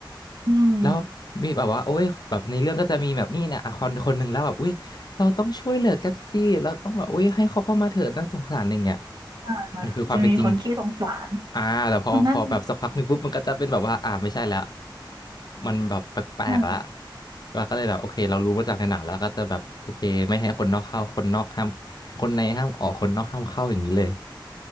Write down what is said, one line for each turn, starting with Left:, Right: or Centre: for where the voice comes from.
Right: อืม
Left: แล้วมีแบบว่าโอ้ยแบบในเรื่องก็จะมีแบบนี่เนี่ยอ่ะคนคนหนึ่งแล้วแบบอุ้ยเราต้องช่วยเหลือกันสิเราต้องแบบอุ้ยให้เขาเข้ามาเถิดน่าสงสารอะไรเงี้ย
Right: อา
Left: นี่คือความเป็นจริง
Right: จะมีคนขี้สงสาร
Left: อ่าแต่พอพอแบบสักพักหนึ่งปุ๊บมันก็จะเป็นแบบว่าอ่าไม่ใช่แล้ว
Right: มันน่าจะ
Left: มันแบบแปลกๆละ
Right: เออ
Left: เราก็เลยแบบโอเคเรารู้มาจากในหนังแล้วก็จะแบบโอเคไม่ให้คนนอกเข้าคนนอกห้ามคนในห้ามออกคนนอกห้ามเข้าอย่างนี้เลย